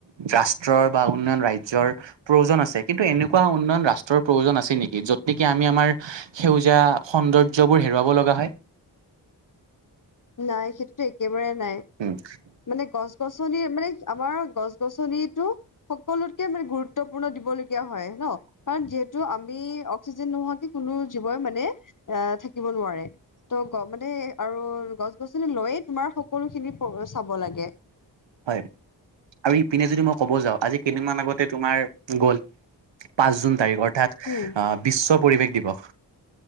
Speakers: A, on the right; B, on the left.
A: ৰাষ্ট্ৰৰ বা উন্নয়ন ৰাজ্যৰ প্ৰয়োজন আছে কিন্তু এনেকুৱা উন্নয়ন ৰাষ্ট্ৰৰ প্ৰয়োজন আছে নেকি? য'ত নেকি আমি আমাৰ সেউজীয়া সৌন্দৰ্যবোৰ হেৰুৱাব লগা হয়।
B: নাই, সেইটোতো একেবাৰে নাই।
A: উম।
B: মানে, গছ-গছনি মানে, আমাৰ গছ-গছনটো সকলোতকে মানে, গুৰুত্বপূৰ্ণ দিবল গীয়া হয় ন'? কাৰণ যিহেতু আমি অক্সিজেন নোহোৱা কে কোনো জীৱই মানে আ থাক্ থাকিব নোৱাৰে। ত' গ মানে আৰু গছ-গছনিক লৈয়ে তোমাৰ সকলোখিনি প চাব লাগে।
A: হয়, আৰু ইপিনে যদি মই ক'ব যাওঁ। আজি কেইদিনমান আগতে তোমাৰ গ'ল পাঁচ জুন তাৰিখ অৰ্থাৎ
B: উম
A: আঁ, বিশ্ব পৰিৱেশ দিৱস।